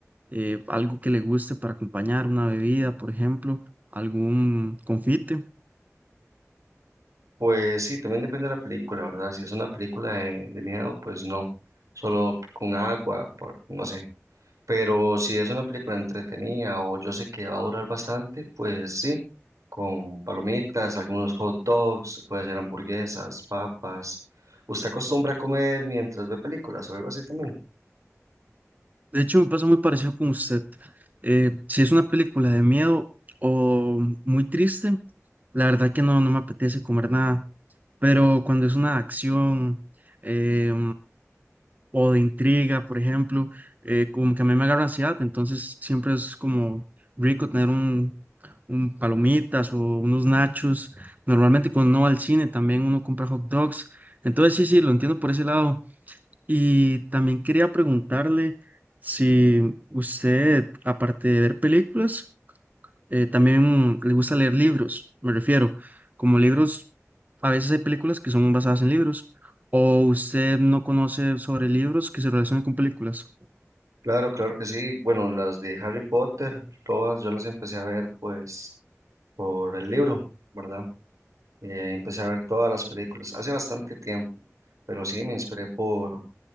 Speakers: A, on the right (about 30°); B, on the right (about 85°).
A: eh, algo que le guste para acompañar, una bebida, por ejemplo, algún confite.
B: Pues sí, también depende de la película, ¿verdad? Si es una película de, de miedo, pues no, solo con agua, por, no sé. Pero si es una película entretenida o yo sé que va a durar bastante, pues sí, con palomitas, algunos hot dogs, puede ser hamburguesas, papas. ¿Usted acostumbra a comer mientras ve películas o algo así también?
A: De hecho, me pasa muy parecido con usted. Eh, si es una película de miedo o muy triste, la verdad que no, no me apetece comer nada, pero cuando es una acción, eh, o de intriga, por ejemplo, eh, como que a mí me agarra ansiedad, entonces siempre es como rico tener un, un palomitas o unos nachos. Normalmente cuando uno va al cine también uno compra hot dogs. Entonces sí, sí, lo entiendo por ese lado. Y también quería preguntarle si usted, aparte de ver películas, eh, también le gusta leer libros, me refiero, como libros, a veces hay películas que son basadas en libros, o usted no conoce sobre libros que se relacionan con películas.
B: Claro, claro que sí. Bueno, las de Harry Potter, todas yo las empecé a ver pues por el libro, ¿verdad? Eh, empecé a ver todas las películas hace bastante tiempo, pero sí me inspiré por,